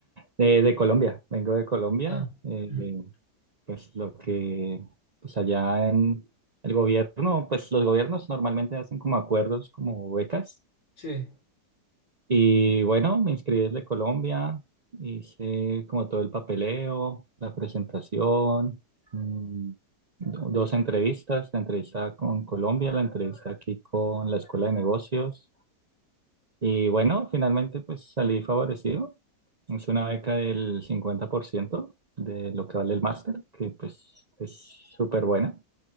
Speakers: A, on the right; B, on the left.
A: Eh, de Colombia, vengo de Colombia.
B: Ah,
A: eh,
B: ujú,
A: pues lo que, pues allá en el gobierno, pues los gobiernos normalmente hacen como acuerdos, como becas.
B: Sí.
A: Y bueno, me inscribí desde Colombia, hice como todo el papeleo, la presentación, mm, do- dos entrevistas, la entrevista con Colombia, la entrevista aquí con la Escuela de Negocios. Y bueno, finalmente pues salí favorecido. Es una beca del 50% de lo que vale el máster, que pues es súper buena.